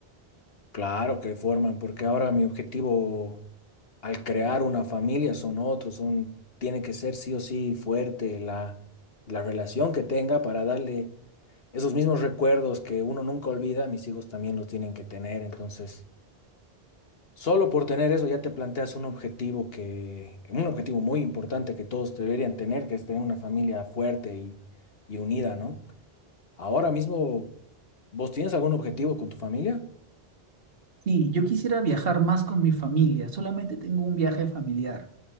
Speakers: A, on the left; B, on the right.
A: Claro que forman, porque ahora mi objetivo al crear una familia son otros, son, tiene que ser sí o sí fuerte la, la relación que tenga para darle esos mismos recuerdos que uno nunca olvida, mis hijos también los tienen que tener. Entonces, solo por tener eso ya te planteas un objetivo que, un objetivo muy importante que todos deberían tener, que es tener una familia fuerte y, y unida, ¿no? Ahora mismo, ¿vos tienes algún objetivo con tu familia?
B: Sí, yo quisiera viajar más con mi familia, solamente tengo un viaje familiar.